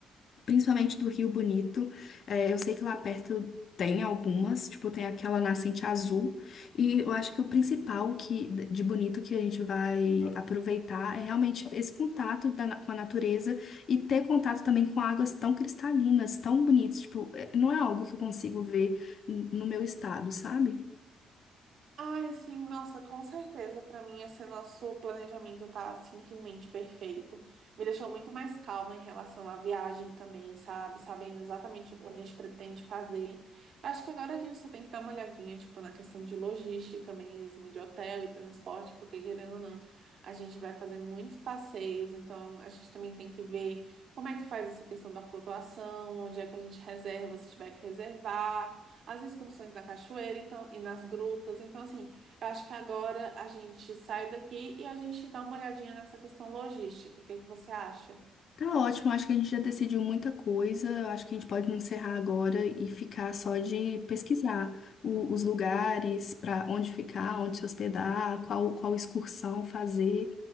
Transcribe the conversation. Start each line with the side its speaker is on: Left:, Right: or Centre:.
Left: principalmente do Rio Bonito. É, eu sei que lá perto tem algumas, tipo, tem aquela nascente azul. E eu acho que o principal que, de bonito que a gente vai aproveitar é realmente esse contato da na- com a natureza e ter contato também com águas tão cristalinas, tão bonitas. Tipo, é- não é algo que eu consigo ver n- no meu estado, sabe?
Right: Ai, sim, nossa, com certeza. Pra mim, esse nosso planejamento tá simplesmente perfeito. Me deixou muito mais calma em relação à viagem também, sabe? Sabendo exatamente o que a gente pretende fazer. Acho que agora a gente só tem que dar uma olhadinha, tipo, na questão de logística mesmo, de hotel e transporte, porque querendo ou não, a gente vai fazer muitos passeios, então a gente também tem que ver como é que faz essa questão da flutuação, onde é que a gente reserva, se tiver que reservar as excursões na cachoeira, então, e nas grutas. Então, assim, eu acho que agora a gente sai daqui e a gente dá uma olhadinha nessa questão logística. O que é que você acha?
Left: Tá ótimo, acho que a gente já decidiu muita coisa. Acho que a gente pode encerrar agora e ficar só de pesquisar o- os lugares para onde ficar, onde se hospedar, qual, qual excursão fazer.